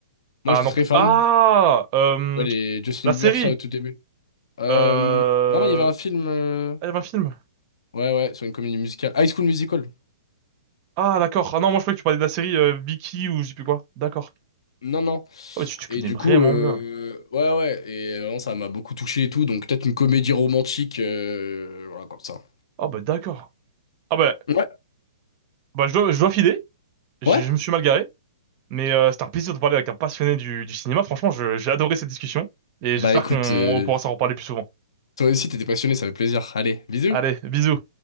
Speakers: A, on the left (about 75°); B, on the right (about 30°).
A: Moi,
B: Ah
A: j'étais
B: non.
A: très
B: p-
A: fan.
B: Ah
A: Tu
B: euh,
A: vois, Les Justin
B: La série
A: Bieber, tout ça, au tout début. Euh,
B: euh...
A: Non, non, il y avait un film... euh,
B: Ah, il y avait un film.
A: Ouais, ouais, sur une comédie musicale. High School Musical.
B: Ah d'accord. Ah non, moi je croyais que tu parlais de la série euh, Vicky ou je sais plus quoi. D'accord.
A: Non, non.
B: Ah bah tu, tu connais
A: Et du
B: vraiment
A: coup, euh,
B: bien.
A: ouais, ouais. Et vraiment, ça m'a beaucoup touché et tout. Donc, peut-être une comédie romantique. euh, Voilà, comme ça.
B: Ah bah d'accord. Ah bah,
A: Ouais.
B: bah je dois, je dois filer. Je,
A: Ouais.
B: je me suis mal garé. Mais euh, c'était un plaisir de parler avec un passionné du, du cinéma. Franchement, je- j'ai adoré cette discussion. Et
A: Bah,
B: j'espère
A: écoute,
B: qu'on
A: euh,
B: on pourra s'en reparler plus souvent.
A: toi aussi, t'étais passionné, ça fait plaisir. Allez, bisous.
B: Allez, bisous.